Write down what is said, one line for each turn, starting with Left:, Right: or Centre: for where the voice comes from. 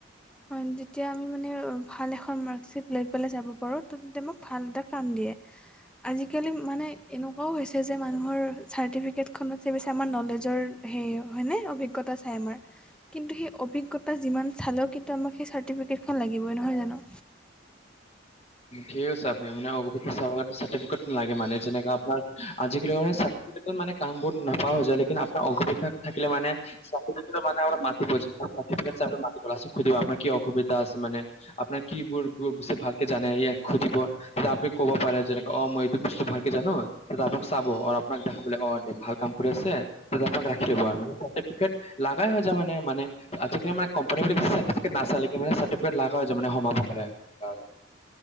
Centre: অ', তেতিয়া আমি মানে ভাল এখন মাৰ্কশ্বিট লৈ পেলাই যাব পাৰোঁ, ত' তেতিয়া মোক ভাল এটা কাম দিয়ে। আজিকালি মানে এনেকুৱাও হৈছে যে, মানুহৰ চাৰ্টিফিকেটখনত চে বেছি আমাৰ নলেজৰ হেই হয়নে? অভিজ্ঞতা চাই আমৰ, কিন্তু সেই অভিজ্ঞতা যিমান চালেও কিন্তু আমাক সেই চাৰ্টিফিকেট খন লাগিবই, নহয় জানো?
Left: ঠিক আছে, আপুনি আপোনাৰ অসুবিধা চাব চাৰ্টিফিকেট লাগে মানে যেনেকে আপোনাৰ, আজিকালি মানে চা চাৰ্টিফিকেটট মানে কাম বোৰ নাপা হৈ যায়, লেকিন আপোনাৰ অসুপক্ষা থাকিলে মানে চাৰ্টিফিকেটত মানে আপোনাক মাতিব <inaudible> চাৰ্টিফিকেট <inaudible> লাষ্টত সুধিব আপোনাৰ কি অসুবিধা আছে? মানে আপোনাৰ কি বোৰ <inaudible> ভালকে জানে ইয়াক সুধিব। তেতিয়া আপুনি কব পাৰে যেনে অ, মই এইটো বস্তু ভালেকে জানো, তেতিয়া আপোনাক চাব, আৰু আপোনাক দেখাবলে অ, দে ভাল কাম কৰি আছে, তেতিয়া আপোনাক
Centre: হয়
Left: ৰাখি ল'ব, আৰু মানে চাৰ্টিফিকেট লাগাই হৈ যায় মানে মানে। আজিকালি মানে কোম্পানী বুলি চাৰ্টিফিকেট নাচালে <inaudible> চাৰ্টিফিকেট লাগা হৈ যায় সোমাব কাৰণে আৰু।